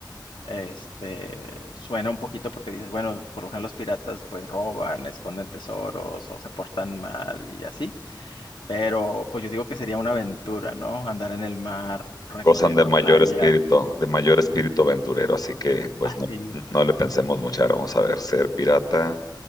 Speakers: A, on the left (about 75°); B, on the left (about 50°).
A: este, suena un poquito porque dices, bueno, por lo general los piratas pues roban, esconden tesoros o se portan mal y así. Pero pues yo digo que sería una aventura, ¿no? Andar en el mar, recorriendo
B: Gozan de mayor
A: playas,
B: espíritu, de mayor espíritu aventurero, así que pues
A: así.
B: no, no le pensemos mucho. Ahora vamos a ver, ser pirata.